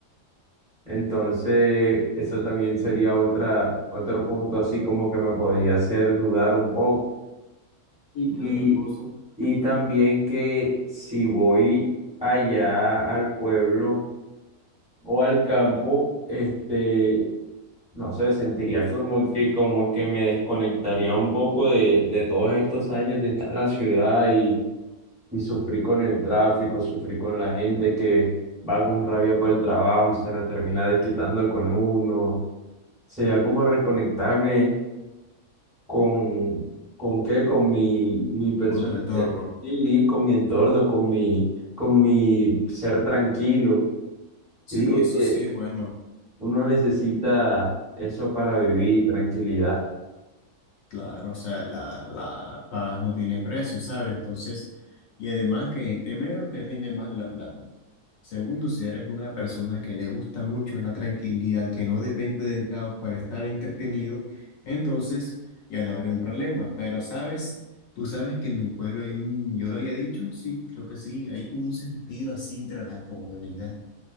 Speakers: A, in the centre; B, on the left.
A: Entonces, eso también sería otra, otro punto así como que me podría hacer dudar un poco.
B: ¿Y qué
A: Y,
B: otra cosa?
A: y también que si voy allá al pueblo o al campo, este No sé, sentiría como que, como que me desconectaría un poco de, de todos estos años de estar en la ciudad y, y sufrir con el tráfico, sufrir con la gente que va con rabia para el trabajo y se la termina desquitando con uno. Sería como reconectarme con, ¿con qué? Con mi, mi personalidad,
B: con tu entorno.
A: y con mi entorno, con mi, con mi ser tranquilo.
B: Sí,
A: Yo digo
B: eso
A: que
B: sí es bueno.
A: uno necesita eso para vivir, tranquilidad.
B: Claro, o sea, la, la paz no tiene precio, ¿sabes? Entonces, y además que primero te rinde más la plata. Segundo, si eres una persona que le gusta mucho la tranquilidad, que no depende del caos para estar entretenido, entonces ya no habrá un problema. Pero, ¿sabes? Tú sabes que en mi pueblo hay un, yo lo había dicho, sí, creo que sí, hay como un sentido así entre la comunidad